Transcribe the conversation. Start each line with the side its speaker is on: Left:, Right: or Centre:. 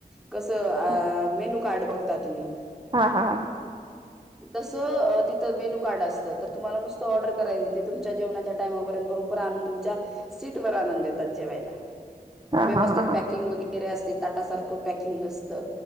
Centre: कस
Right: ह
Centre: मेनू कार्ड बघता तुम्ही.
Right: हा हा
Centre: तसं तिथ मेनु कार्ड असतं तर तुम्हाला नुसत ऑर्डर करायचं तुमच्या जेव- टामापर्यंत बरोबर आणून तुमच्या सीट वर आणून देतात जेवायला.
Right: हा
Centre: व्यवस्थित
Right: हा हा हा
Centre: पॅकिंग वगैरे असते ताटासारखं पॅकिंग असतं.